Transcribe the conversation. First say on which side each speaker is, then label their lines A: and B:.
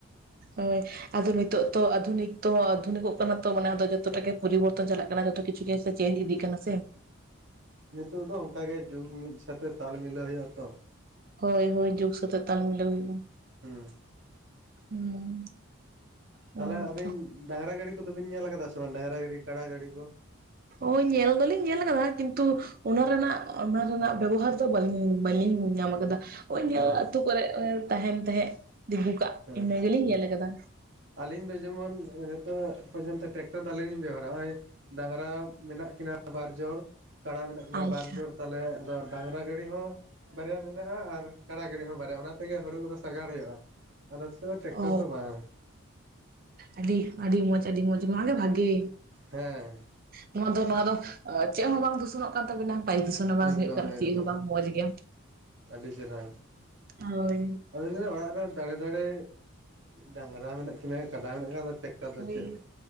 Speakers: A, on the right; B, on the right.
A: ᱦᱳᱭ ᱟᱫᱚ ᱱᱤᱛᱚᱜ ᱛᱚ ᱟᱫᱷᱩᱱᱤᱠ ᱛᱚ ᱟᱫᱷᱩᱱᱤᱠᱚᱜ ᱠᱟᱱᱟ ᱛᱚ ᱢᱟᱱᱮ ᱟᱫᱚ ᱡᱚᱛᱚ ᱴᱟᱜ ᱜᱮ ᱯᱚᱨᱤᱵᱚᱨᱛᱚᱱ ᱪᱟᱞᱟᱜ ᱠᱟᱱᱟ ᱡᱚᱛᱚ ᱠᱤᱪᱷᱩ ᱪᱤᱠ ᱪᱮ ᱪᱮᱱᱧ ᱤᱫᱤᱜ ᱠᱟᱱᱟ ᱥᱮ
B: ᱱᱤᱛᱳᱜ ᱫᱚ ᱚᱱᱠᱟ ᱜᱮ ᱡᱩᱜᱽ ᱢᱤᱫ ᱥᱟᱛᱮᱜ ᱛᱟᱞ ᱢᱤᱞᱟᱹᱣ ᱦᱩᱭᱩᱜᱼᱟ ᱛᱚ
A: ᱦᱳᱭ ᱦᱳᱭ ᱡᱩᱜᱽ ᱥᱟᱛᱮᱜ ᱛᱟᱞ ᱢᱤᱞᱮ ᱦᱩᱭᱩᱜᱼᱟ
B: ᱦᱩᱸ
A: ᱦᱩᱸ ᱦᱮᱸ
B: ᱛᱟᱦᱚᱞᱮ ᱟᱵᱤᱱ
A: ᱛᱚ
B: ᱰᱟᱸᱝᱨᱟ ᱜᱟᱹᱰᱤ ᱠᱚᱫᱚ ᱵᱤᱱ ᱧᱮᱞ ᱠᱟᱫᱟ ᱥᱮ ᱵᱟᱝ ᱰᱟᱸᱝᱨᱟ ᱜᱟᱹᱰᱤ ᱠᱟᱰᱟ ᱜᱟᱹᱰᱤ ᱠᱚ
A: ᱦᱳᱭ ᱧᱮᱞ ᱫᱚᱞᱤᱧ ᱧᱮᱞ ᱠᱟᱫᱟ ᱠᱤᱱᱛᱩ ᱚᱱᱟ ᱨᱮᱱᱟᱜ ᱚᱱᱟ ᱨᱮᱱᱟᱜ ᱵᱮᱵᱚᱦᱟᱨ ᱫᱚ ᱵᱟᱹᱞᱤᱧ ᱵᱟᱹᱞᱤᱧ ᱧᱟᱢ ᱠᱟᱫᱟ ᱳᱭ ᱧᱮᱞ
B: ᱚ
A: ᱟᱹᱛᱩ ᱠᱚᱨᱮᱜ ᱛᱟᱸᱦᱮᱱ ᱛᱟᱦᱮᱸᱜ ᱛᱤᱸᱜᱩ ᱠᱟᱜ
B: ᱦᱮᱸ
A: ᱤᱱᱟᱹ ᱜᱮᱞᱤᱧ ᱧᱮᱞ ᱠᱟᱫᱟ
B: ᱟᱹᱞᱤᱧ ᱫᱚ ᱡᱮᱢᱚᱱ ᱱᱤᱛᱚᱜ ᱯᱚᱨᱡᱚᱱᱛᱚ ᱴᱮᱠᱴᱚᱨ ᱫᱚ ᱟᱣᱨᱤ ᱞᱤᱧ ᱵᱮᱵᱚᱦᱟᱨᱟ ᱱᱚᱜᱼᱚᱭ ᱰᱟᱝᱨᱟ ᱢᱮᱱᱟᱜ ᱠᱤᱱᱟ ᱵᱟᱨ ᱡᱚᱲ ᱠᱟᱲᱟ ᱢᱮᱱᱟᱜ ᱠᱤᱱᱟ
A: ᱟᱪᱪᱷᱟ
B: ᱵᱟᱨ ᱡᱚᱲ ᱛᱟᱦᱞᱮ ᱟᱵᱟᱨ ᱰᱟᱝᱨᱟ ᱜᱟᱹᱲᱤ ᱦᱚᱸ ᱵᱟᱨᱭᱟ ᱢᱮᱱᱟᱜᱼᱟ ᱟᱨ ᱠᱟᱲᱟ ᱜᱟᱹᱲᱤ ᱦᱚᱸ ᱵᱟᱨᱭᱟ ᱚᱱᱟ ᱛᱮᱜᱮ ᱦᱩᱲᱩ ᱠᱚᱫᱚ ᱥᱟᱜᱟᱲ ᱦᱩᱭᱩᱜᱼᱟ ᱟᱞᱮ ᱥᱮᱫ ᱫᱚ ᱴᱮᱠᱴᱟᱨ
A: ᱚ
B: ᱫᱚ ᱵᱟᱝ
A: ᱟᱹᱰᱤ ᱟᱹᱰᱤ ᱢᱚᱸᱡᱽ ᱟᱹᱰᱤ ᱢᱚᱸᱡᱽ ᱱᱚᱣᱟᱜᱮ ᱵᱷᱟᱜᱮ
B: ᱦᱮᱸ
A: ᱱᱚᱣᱟ ᱫᱚ ᱱᱚᱣᱟ ᱫᱚ ᱪᱮᱫ ᱦᱚᱸ ᱵᱟᱝ ᱫᱩᱥᱚᱱᱚᱜ ᱠᱟᱱ ᱛᱟᱵᱤᱱᱟ ᱵᱟᱭᱩᱫᱩᱥᱚᱱ ᱦᱚᱸ ᱵᱟᱝ
B: ᱮᱠᱫᱚᱢ
A: ᱦᱩᱭᱩᱜ ᱠᱟᱱᱟ
B: ᱮᱠᱫᱚᱢ
A: ᱪᱮᱫ ᱦᱚᱸ ᱵᱟᱝ ᱢᱚᱸᱡᱽ ᱜᱮ
B: ᱟᱹᱰᱤ ᱪᱮᱨᱦᱟ
A: ᱦᱳᱭ
B: ᱟᱫᱚᱧ ᱞᱮᱭ ᱫᱟ ᱚᱲᱟᱜ ᱨᱮ ᱫᱟᱲᱮ ᱫᱟᱲᱮ ᱰᱟᱸᱝᱨᱟ ᱢᱮᱱᱟᱜ ᱠᱤᱱᱟᱹ ᱠᱟᱰᱟ ᱢᱮᱱᱟᱜ ᱠᱤᱱᱟ ᱴᱮᱠᱴᱟᱨ ᱟᱫᱚ ᱫᱚ
A: ᱦᱳᱭ
B: ᱪᱮᱫ